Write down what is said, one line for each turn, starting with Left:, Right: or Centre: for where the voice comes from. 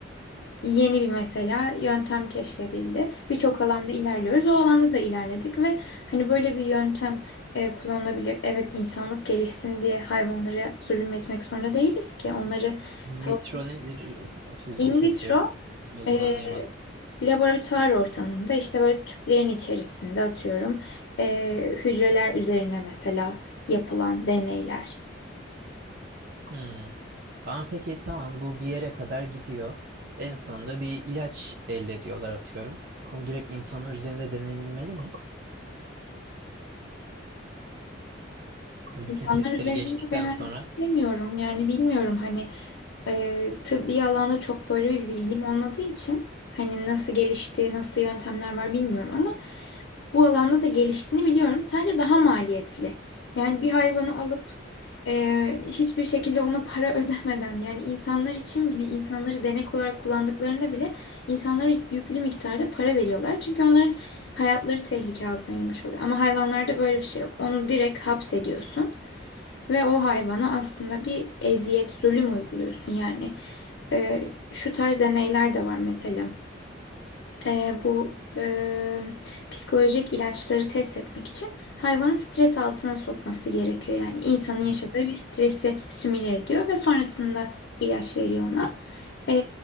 Left: yeni bir mesela yöntem keşfedildi. Birçok alanda ilerliyoruz. O alanda da ilerledik ve hani böyle bir yöntem e, kullanılabilir. Evet insanlık gelişsin diye hayvanlara zulüm etmek zorunda değiliz ki. Onları
Right: Metro
Left: savun.
Right: nedir? O sözünü
Left: In
Right: kesiyorum.
Left: vitro
Right: Ne olduğunu
Left: ee,
Right: anlayamadım.
Left: laboratuvar ortamında işte böyle tüplerin içerisinde atıyorum ee, hücreler üzerine mesela yapılan deneyler.
Right: Hmm. Ama peki tamam bu bir yere kadar gidiyor. En sonunda bir ilaç elde ediyorlar atıyorum. Bunu direkt insanlar üzerinde denenilmeli mi? Yani bütün
Left: İnsanlar
Right: testleri
Left: üzerinde
Right: geçtikten
Left: denemek
Right: sonra.
Left: istemiyorum yani bilmiyorum hani e, tıbbi alanda çok böyle bir bilgim olmadığı için hani nasıl gelişti, nasıl yöntemler var bilmiyorum ama bu alanda da geliştiğini biliyorum. Sadece daha maliyetli. Yani bir hayvanı alıp e, hiçbir şekilde ona para <laughs> ödemeden yani insanlar için bile insanları denek olarak kullandıklarında bile insanlara yüklü miktarda para veriyorlar. Çünkü onların hayatları tehlike altına girmiş oluyor. Ama hayvanlarda böyle bir şey yok. Onu direkt hapsediyorsun. Ve o hayvana aslında bir eziyet, zulüm uyguluyorsun yani. Ee, şu tarz deneyler de var mesela e, bu e, psikolojik ilaçları test etmek için hayvanı stres altına sokması gerekiyor. Yani insanın yaşadığı
Right: Hı
Left: bir stresi simüle ediyor ve sonrasında ilaç veriyor ona. E,